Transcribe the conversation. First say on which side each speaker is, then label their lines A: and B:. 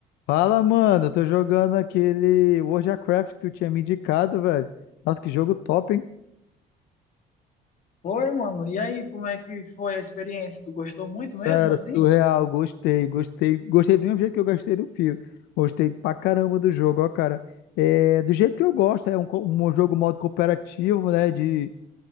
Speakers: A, on the left; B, on the left.
A: Fala, mano. Eu tô jogando aquele World of Warcraft que tu tinha me indicado, velho. Nossa, que jogo top, hein?
B: Foi, mano. E aí, como é que foi a experiência? Tu gostou muito mesmo,
A: Cara,
B: assim?
A: surreal. Gostei, gostei. Gostei do mesmo jeito que eu gostei do filme. Gostei pra caramba do jogo, ó, cara. É, do jeito que eu gosto, é um, co- um jogo modo cooperativo, né? De,